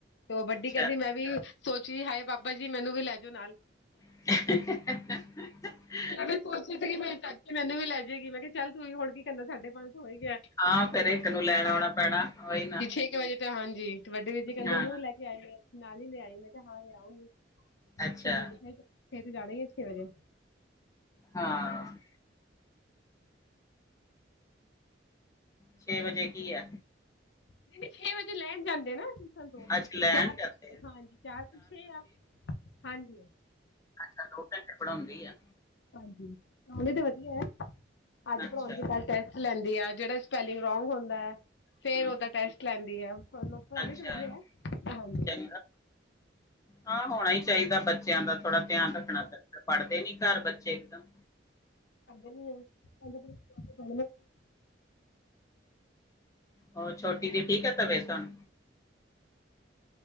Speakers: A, on the left; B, on the left.
A: ਤੇ ਉਹ ਵੱਡੀ
B: ਅੱਛਾ
A: ਕਹਿੰਦੀ ਮੈਂ ਵੀ ਸੋਚਦੀ, ਹਾਏ ਬਾਬਾ ਜੀ, ਹਏ! ਬਾਬਾ ਜੀ ਮੈਨੂੰ ਵੀ ਲੈ ਜਾਓ ਨਾਲ।
B: <unintelligible> <inaudible>
A: ਮੈਂ ਵੀ ਸੋਚਦੀ ਸੀ ਕਿ ਮ ਚਾਚੀ ਮੈਨੂੰ ਵੀ ਲੈ ਜੇ ਗੀ। ਮੈਂ ਕਿਹਾ ਚੱਲ ਤੂੰ ਵੀ ਹੁਣ ਕੀ ਕਰਨਾ ਸਾਡੇ ਪੰਜ ਸੌ ਤੇ ਹੋ ਈ ਗਿਆ।
B: ਹਾਂ ਫਿਰ ਇੱਕ ਨੂੰ ਲੈਣ ਆਉਣਾ ਪੈਣਾ ਓਹੀ ਨਾ।
A: ਇੱਕ ਵਜੇ ਤੇ ਹਾਂਜੀ, ਇੱਕ ਵੱਡੇ ਵੀਰ ਜੀ ਕਹਿੰਦੇ
B: ਹਾਂ
A: ਉਹਨੂੰ ਵੀ ਲੈ ਕੇ ਆਈ ਨਾਲ ਈ ਲਿਆਈ। ਮੈਂ ਕਿਹਾ ਹਾਂ ਲਿਆ ਆਉਗੀ। ਛੇ
B: ਅੱਛਾ
A: ਵਜੇ, ਜਾਣਾ ਈ ਆ ਛੇ ਵਜੇ।
B: ਹਾਂ ਛੇ ਵਜੇ ਕੀ ਆ?
A: ਨਹੀਂ ਛੇ ਵਜੇ ਲੈਣ ਜਾਂਦੇ ਨਾ ਟਿਊਸ਼ਨ ਤੋਂ।
B: ਅੱਛਾ ਲੈਣ
A: ਚਾਰ ਤੋਂ
B: ਜਾਂਦੇ
A: ਛੇ ਹਾਂਜੀ ਚਾਰ ਤੋਂ ਛੇ ਆ ਹਾਂਜੀ।
B: ਅੱਛਾ, ਦੋ ਘੰਟੇ ਪੜ੍ਹਾਉਦੀ ਆ।
A: ਹਾਂਜੀ, ਪੜ੍ਹਾਉਦੀ ਤਾਂ ਵਧੀਆ। ਅੱਜ
B: ਅੱਛਾ
A: ਪੜ੍ਹਾਉਣ ਦੀ ਟੈਸਟ ਲੈਂਦੀ ਆ। ਜਿਹੜਾ ਸਪੈਲਿੰਗ ਰੌਂਗ ਹੁੰਦਾ। ਫਿਰ
B: ਹੂੰ
A: ਓਦਾ ਟੈਸਟ ਲੈਦੀ ਆਂ। ਪੜ੍ਹਾਉਂਦੀ
B: ਅੱਛਾ
A: ਤਾਂ ਵਧੀਆ, ਹਾਂਜੀ।
B: ਚੰਗਾ ਹਾਂ ਹੋਣਾ ਈ ਚਾਹੀਦਾ। ਬੱਚਿਆਂ ਦਾ ਥੋੜਾ ਧਿਆਨ ਰੱਖਣਾ ਪੈਂਦਾ। ਪੜ੍ਹਦੇ ਨੀ ਘਰ ਬੱਚੇ ਇਕਦਮ।
A: ਕਰਦੇ ਨੀ ਆ।
B: ਹੋਰ ਛੋਟੀ ਦੀ ਠੀਕ ਆ ਤਬੀਅਤ ਹੁਣ?